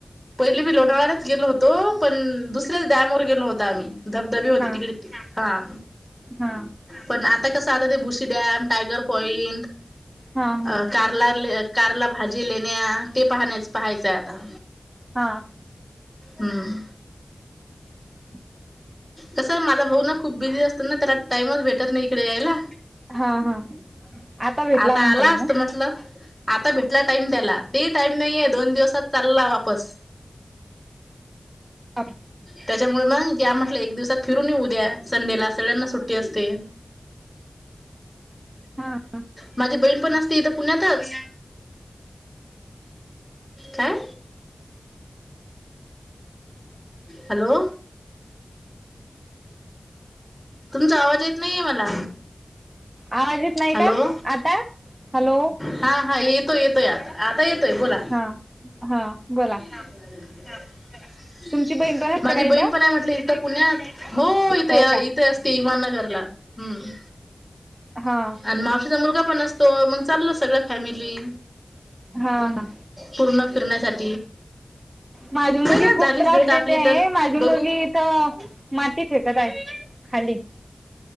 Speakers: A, in the centre; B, on the right.
A: पहिले मी लोणावळ्याच गेलो होतो पण दुसऱ्याच डॅमवर गेलो होता आम्ही. धबधबे होते
B: हा.
A: तिकडे ती हा.
B: हा.
A: पण आता कसं आता ते बुशी डॅम, टायगर पॉइंट,
B: हा हा
A: अ कारल्या ल कारला भाजी लेण्या ते पाहण्या-पाहायचंय आहे आता.
B: हा.
A: हम्म.
B: <inaudible>
A: कसं आहे माझा भाऊ ना खूप बिझी असतो ना, त्याला टाइमच भेटत नाही इकडे यायला.
B: हा हा भेटला
A: आता
B: मग
A: आला
B: टाइम
A: असतं म्हंटल. आता भेटला टाईम त्याला ते ही टाईम नाहीये त्याला दोन दिवसात चालला वापस.
B: आप
A: त्याच्यामुळे मग या म्हटलं एक दिवसात फिरून येऊ उद्या संडेला सगळ्यांना सुट्टी असते.
B: <inaudible> हा हा.
A: माझी बहीण पण असते इथं पुण्यातच. काय? हॅलो. तुमचा आवाज येत नाहीये मला.
B: आवाज येत नाही
A: हॅलो
B: का, आता? हॅलो.
A: हा हा येतो येतोय आता, आता येतोय बोला.
B: हा हा बोला.
A: <unintelligible>
B: तुमची बहीण पण असते
A: माझी
B: का
A: बहीण
B: इथं
A: पण आहे म्हटलं इथं पुण्यात. हो इथं
B: हो
A: य
B: का
A: ती असते इमाननगरला हम्म.
B: हा.
A: आणि मावशीचा मुलगा पण असतो, मग चालला सगळ्या फॅमिली.
B: हा हा
A: पूर्ण फिरण्यासाठी
B: माझी मुलगी
A: नाही ना झालीच
B: खूप त्रास
A: भेट
B: देते
A: आपली
B: आहे.
A: तर
B: माझी
A: बघू
B: मुलगी इथं माती फेकत आहे खाली.